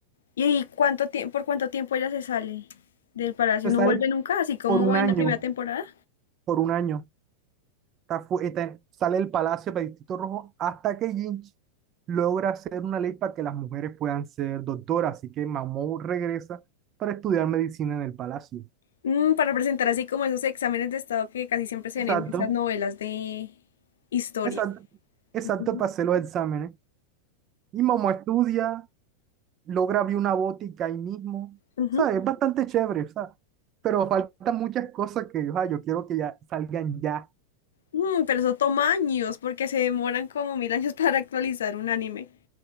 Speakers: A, on the left; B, on the right.
A: ¿y cuánto tiempo, por cuánto tiempo ella se sale del palacio?
B: Se
A: ¿No
B: sale
A: vuelve nunca? Así como
B: por un año,
A: en la primera temporada.
B: por un año. está fu- está sale del palacio para Distrito Rojo hasta que Lynch logra hacer una ley para que las mujeres puedan ser doctoras. Así que Mamou regresa para estudiar medicina en el palacio.
A: Mm, para presentar así como esos exámenes de estado que casi siempre se
B: Exacto,
A: ven en esas novelas de historia.
B: exacto, exacto,
A: Ujú.
B: para hacer los exámenes. Y Momo estudia, logra abrir una botica ahí mismo.
A: Ujú.
B: O sea, es bastante chévere, o sea, pero faltan muchas cosas que o sea, yo quiero que ya salgan ya.
A: Mm, pero eso toma años porque se demoran como mil años para actualizar un anime.